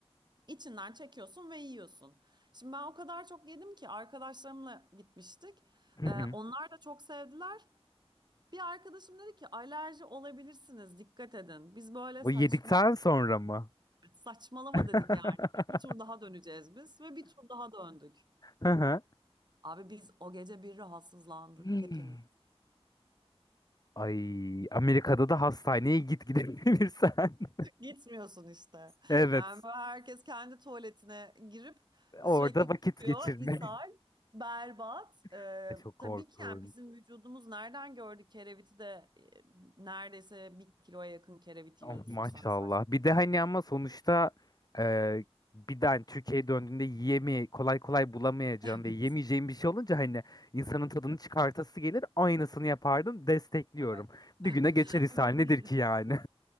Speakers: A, on the right (about 45°); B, on the left (about 40°).
A: İçinden çekiyorsun ve yiyorsun. Şimdi ben o kadar çok yedim ki arkadaşlarımla gitmiştik.
B: Hı
A: Ee,
B: hı.
A: onlar da çok sevdiler. Bir arkadaşım dedi ki alerji olabilirsiniz dikkat edin. Biz böyle
B: Bu
A: saçma
B: yedikten sonra mı?
A: saçmalama
B: <laughs>
A: dedik yani. Bir, bir tur daha döneceğiz biz ve bir tur daha döndük.
B: Hı hı.
A: Abi biz o gece bir rahatsızlandık
B: Hmm.
A: hepimiz.
B: Ay, Amerika'da da hastaneye git gidebilirsen. <laughs>
A: Gitmiyorsun işte.
B: Evet,
A: Yani böyle herkes kendi tuvaletine girip
B: orada
A: sürekli
B: vakit
A: kusuyor,
B: geçirmek.
A: ishal, berbat. Ee,
B: <laughs> E, Çok
A: tabii
B: korkunç.
A: ki yani bizim vücudumuz nereden gördü kereviti de e, neredeyse bir kiloya yakın kerevit
B: Ama
A: yiyorsun
B: Maşallah.
A: sen saçma.
B: Bir de hani ama sonuçta e, bir de hani Türkiye'ye döndüğünde yiyemi kolay kolay bulamayacağın
A: <laughs>
B: ve yemeyeceğin bir şey olunca hani insanın tadını çıkartası gelir. Aynısını yapardım. Destekliyorum.
A: Evet.
B: Bir
A: Evet.
B: güne geçer ishal
A: <laughs> Ve
B: nedir
A: bir-
B: ki yani?